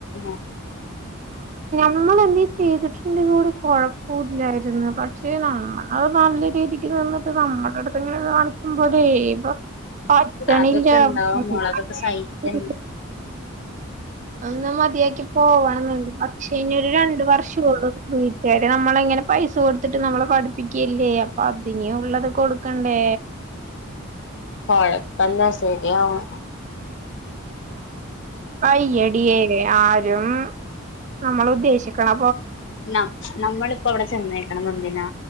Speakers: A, on the left; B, on the right.
A: <unintelligible>
B: നമ്മള എന്തേ ചെയ്തിട്ടുണ്ടെങ്കി കൂടി കുഴപ്പ ഇല്ലായിര്ന്നു പക്ഷെ നമ്മളത് നല്ല രീതിക്ക് നിന്നിട്ട് നമ്മുടെ അടുത്ത്ങ്ങനെ കാണിക്കുമ്പോ അവിടെ <unintelligible> പറ്റണില്ല
A: അതൊക്കെ ഉണ്ടാവും
B: <unintelligible>
A: മോളെ അതൊക്കെ സഹിക്കന്നെ
B: അന്നാ മറ്റ് മതിയാക്കി പോവണം ന്ന്ണ്ട് പക്ഷേ ഇനി ഒരു രണ്ട് വർഷേ ഒള്ള് വീട്ടുകാര് നമ്മളിങ്ങനെ പൈസ കൊടുത്തിട്ട് നമ്മളെ പഠിപ്പിക്കല്ലേ അപ്പൊ അതിനെ ഉള്ളത് കൊടുക്കണ്ടേ
A: കൊഴപ്പെന്താ ശെരിയാവും
B: അയ്യടിയേ ആരും നമ്മൾ ഉദ്ദേശിക്കണം
A: ന നമ്മളിപ്പോ അവിടെ ചെന്നേക്കണ എന്തിനാ